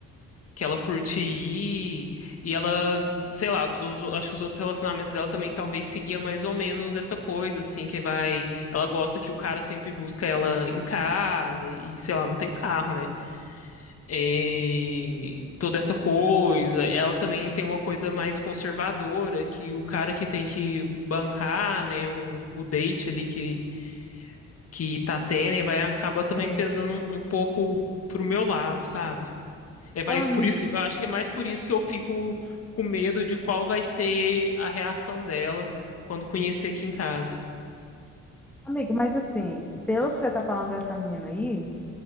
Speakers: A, on the left (about 50°); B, in the centre.
A: que ela curte ir, e ela, sei lá, os- acho que os outros relacionamentos dela também talvez seguia mais ou menos essa coisa, assim, que vai, ela gosta que o cara sempre busca ela em casa, e sei lá, não tem carro, né? E toda essa coisa, ela também tem uma coisa mais conservadora, que o cara que tem que bancar, né, o, o date ali que que tá tendo e vai acabar também
B: É,
A: pesando um, um pouco pro meu lado, sabe? É, vai,
B: Ô, amigo.
A: por isso que, eu acho que é mais por isso que eu fico com medo de qual vai ser a reação dela quando conhecer aqui em casa.
B: Amigo, mas assim, pelo que você tá falando dessa menina aí,